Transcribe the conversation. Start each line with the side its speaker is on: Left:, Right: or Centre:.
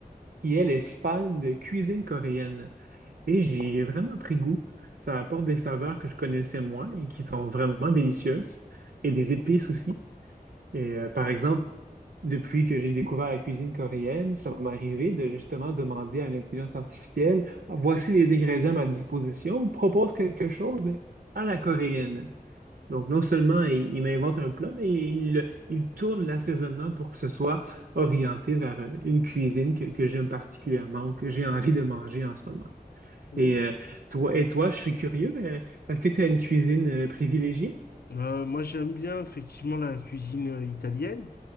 Right: qui, elle, est fan de cuisine coréenne. Et j'y ai vraiment pris goût. Ça apporte des saveurs que je connaissais moins et qui sont vraiment délicieuses et des épices aussi. Et euh, par exemple, depuis que j'ai découvert la cuisine coréenne, ça va m'arriver de justement demander à l'intelligence artificielle, voici les ingrédients à ma disposition, propose quelque chose, mais à la coréenne. Donc, non seulement il, il m'invente un plat, mais il, il tourne l'assaisonnement pour que ce soit orienté vers euh, une cuisine que, que j'aime particulièrement ou que j'ai envie de manger en ce moment.
Left: Hmm.
Right: Et euh, toi, et toi, je suis curieux, euh, est-ce que tu as une cuisine euh, privilégiée?
Left: Euh, moi, j'aime bien effectivement la cuisine euh, italienne.